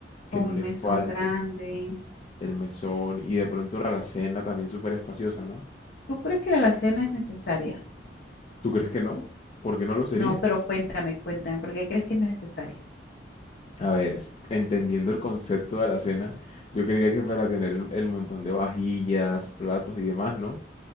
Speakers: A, on the left (about 35°); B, on the left (about 55°).
A: que
B: con
A: no
B: un
A: le
B: mesón
A: falte
B: grande.
A: el mesón y de pronto la alacena también súper espaciosa, ¿no?
B: ¿Tú crees que la alacena es necesaria?
A: ¿Tú crees que no? ¿Por qué no lo sería?
B: No, pero cuéntame, cuéntame, ¿por qué crees que es necesaria?
A: A ver, s- entendiendo el concepto de alacena, yo creería que para tener el, el montón de vajillas, platos y demás, ¿no?